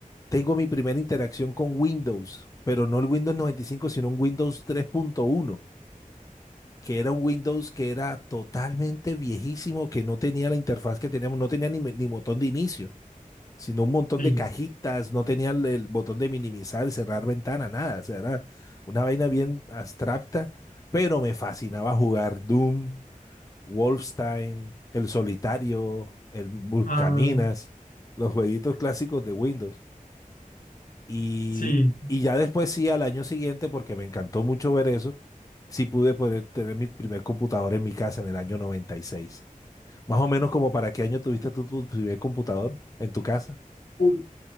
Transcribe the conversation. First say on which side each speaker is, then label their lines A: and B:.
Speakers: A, on the left; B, on the left.
A: tengo mi primera interacción con Windows, pero no el Windows noventa y cinco sino un Windows tres punto uno que era un Windows que era totalmente viejísimo, que no tenía la interfaz que teníamos, no tenía ni, me- ni botón de inicio, sino un montón
B: sí.
A: de cajitas, no tenía el, el botón de minimizar, cerrar ventana, nada. O sea, era una vaina bien abstracta, pero me fascinaba jugar Doom, Wolfenstein, El Solitario, el Buscaminas,
B: Ah,
A: los jueguitos clásicos de Windows. Y,
B: sí.
A: y ya después sí, al año siguiente, porque me encantó mucho ver eso, sí pude poder tener mi primer computador en mi casa en el año noventa y seis Más o menos como para qué año tuviste tú tu primer computador en tu casa.
B: Uy,